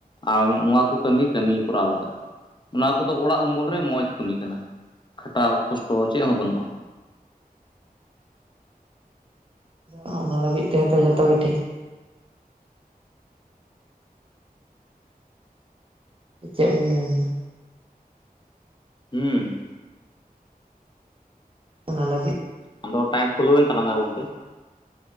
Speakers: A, on the left; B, on the right.
A: ᱟᱨ ᱱᱚᱣᱟ ᱠᱚ ᱠᱟᱹᱢᱤ ᱠᱟᱹᱢᱤ ᱠᱚᱨᱟᱣ ᱞᱟᱜᱟᱜ-ᱟ ᱾ ᱚᱱᱟ ᱠᱚᱫᱚ ᱚᱲᱟᱜ ᱩᱢᱩᱞ ᱨᱮ ᱢᱚᱸᱡᱽ ᱠᱟᱹᱢᱤ ᱠᱟᱱᱟ ᱠᱷᱟᱴᱟᱣ ᱠᱚᱥᱴᱚ ᱪᱮᱫ ᱦᱚᱸ ᱵᱟᱹᱱᱩᱜᱼᱟ ᱾
B: ᱟᱫᱚ ᱚᱱᱟ ᱞᱟᱹᱜᱤᱫ ᱛᱮ ᱫᱚ ᱡᱷᱚᱛᱚ ᱜᱮ ᱴᱷᱤᱠ ᱪᱮᱫ ᱵᱤᱱ ᱢᱮᱱ ᱫᱟ?
A: ᱦᱩᱸ᱾
B: ᱚᱱᱟᱞᱟᱜᱤᱫ
A: ᱟᱫᱚ ᱴᱟᱭᱤᱢ ᱠᱷᱩᱞᱟᱹᱣᱮᱱ ᱛᱟᱞᱟᱝᱟ ᱜᱚᱝᱠᱮ᱾